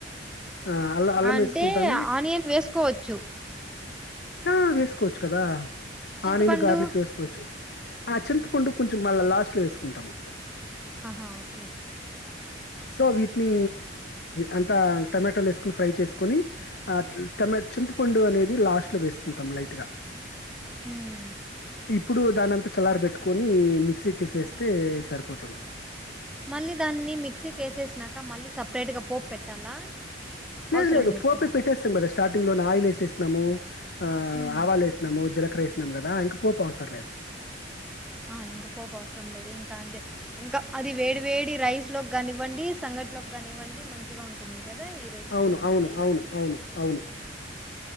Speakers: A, on the left; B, in the centre.
A: ఆ అల్ల అల్లం
B: అంటే
A: వేసుకుంటము
B: ఆనియన్ వేసుకోవచ్చు
A: ఆ వేసుకోవచ్చు కదా
B: చింతపండు
A: ఆ రెండు గార్లిక్ వేసుకోవచ్చు ఆ చింత పండు కొంచెం మళ్ళ లాస్ట్ లో వేసుకుంటాము
B: ఆహా ఓకే
A: సో వీటిని అంతా టమాటాలు వేసుకుని ఫ్రై చేసుకొని ఆ ట్ల చింతపండు అనేది లాస్ట్ లో వేసుకుంటాం లైట్ గా
B: ఉమ్
A: ఇప్పుడు దానంతా చల్లర పెట్టుకొని మిక్సీకిసేస్తే సరిపోతుంది
B: మళ్ళీ దాన్ని మిక్సీ కేేసేసినాక మళ్ళీ సపరేట్ గా పోపు పెట్టాలా
A: లేదు
B: అవసరం
A: లేదు పోపే
B: కదా
A: పెట్టేస్తుడం కదా స్టార్టింగ్ లోనే ఆయిల్ లెసెసినము ఆ
B: ఉమ్
A: ఆవాలు వేసినాము జీలకర వేసినాం కదా ఇంక పోపు అవసరం లేదు
B: ఆ ఇంకా పోపు అవసరం లేదు ఇంకా అంతే ఇంకా అది వేడి వేడి రైస్ లోకి కానివ్వండి సంగట్లోకి కానివ్వండి మంచిగా ఉంటుంది గదా ఈ రెసిపీ
A: అవును
B: అండి
A: అవును అవును అవును అవును